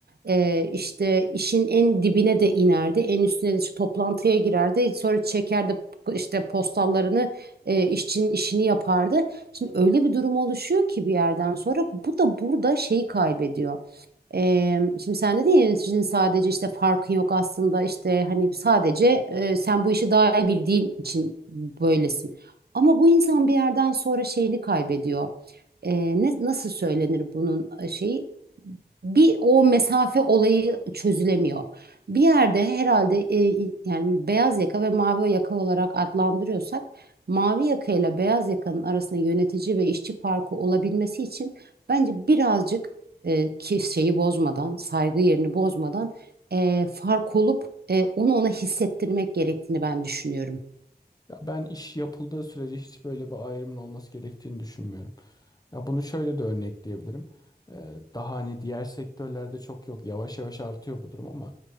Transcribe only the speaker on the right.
Ee, işte işin en dibine de inerdi. En üstüne de işte toplantıya girerdi. Sonra çekerdi işte postallarını e, işçinin işini yapardı. Şimdi öyle bir durum oluşuyor ki bir yerden sonra bu da burada şeyi kaybediyor. Ee, şimdi sen dedin ya yöneticinin sadece işte farkın yok aslında işte hani sadece e, sen bu işi daha iyi bildiğin için böylesin. Ama bu insan bir yerden sonra şeyini kaybediyor. Ee, ne, nasıl söylenir bunun e, şeyi? Bir o mesafe olayı çözülemiyor. Bir yerde herhalde e, yani beyaz yaka ve mavi yaka olarak adlandırıyorsak mavi yaka ile beyaz yakanın arasında yönetici ve işçi farkı olabilmesi için bence birazcık e, ki şeyi bozmadan, saygı yerini bozmadan e, fark olup e, onu ona hissettirmek gerektiğini ben düşünüyorum.